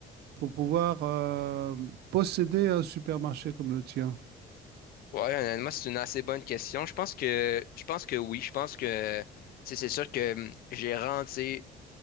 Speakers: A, on the right; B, on the left.
A: pour pouvoir euh, posséder un supermarché comme le tien?
B: Ouais, honnêtement, c'est une assez bonne question. Je pense que je pense que oui. Je pense que tu sais, c'est sûr que hum, gérant, tu sais,